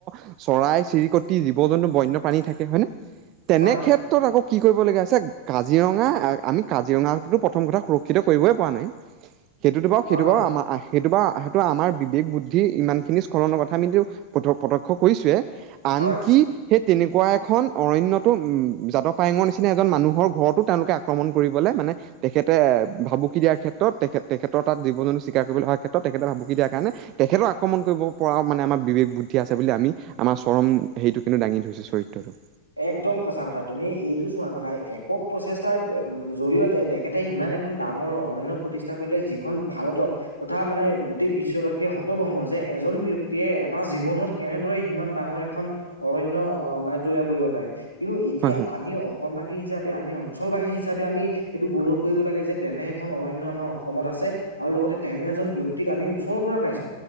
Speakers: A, on the right; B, on the right.
A: শ চৰাই চিৰিকতি জীৱ জন্তু বন্যপাণী থাকে হয় নে? তেনেক্ষেত্ৰত
B: হয়
A: আকৌ কি কৰিবলগীয়া আছে, কাজিৰঙা আমি কাজিৰঙা প্ৰথম কথা সেইটো কৰিবই পৰা নাই, সেইটোতো বাৰু
B: হয়
A: সেইটো
B: হয়
A: বাৰু আমাৰ আহ সেইটো বাৰু সেইটো আমাৰ বিবেক বুদ্ধি ইমানখিনি স্খলনৰ কথা আমিটো প্ৰ প্ৰত্যক্ষ কৰিছোৱে। আনকি
B: হয়।
A: সেই তেনেকুৱা এখন অৰণ্যটো উম জাদবপায়েংৰ নিচিনা না এজন মানুহৰ ঘৰতো তেওঁলোকে আক্ৰমণ কৰিবলৈ মানে তেখেতে ভাবুকি দিয়াৰ ক্ষেত্ৰত তেখেত তেখেতৰ তাত জীৱ জন্তু চিকাৰ কৰিবলৈ অহাৰ ক্ষেত্ৰত তেখেতে ভাবুকি দিয়াৰ কাৰণে তেখেতক আক্ৰমণ কৰিব পৰাও মানে আমাৰ বিবেক বুদ্ধি আছে বুলি আমি আমাৰ আ চৰন সেইটো কিন্তু দাঙি ধৰিছো চৰিত্ৰটো।
B: একদম সঁচা কথা। তুমি এইটো চোৱা কথা একক প্ৰচেষ্টাৰ জৰিয়তে তেখেতে ইমান এখন ডাঙৰ অৰণ্য প্ৰতিষ্ঠা কৰিলে, যিখন ভাৰতৰ তথা মানে গোটেই বিশ্ববাসীয়ে হত ভমভ যে এজন ব্যক্তিয়ে এটা জীৱনত কেনেদৰে সিমান ডাঙৰ এখন অৰণ্য মানে তৈয়াৰ কৰিব পাৰে। কিন্তু এতিয়া
A: হয় হয়
B: আমি অসমবাসী হিচাপে আমি অঞ্চলবাসী হিচাপে আমি সেইটো গৌৰৱ কৰিব লাগে যে তেনে এখন অৰণ্য আমাৰ অসমত আছে। আৰু লগতে তেনে এজন ব্যক্তিক আমি ওচৰৰ পৰা পাইছো।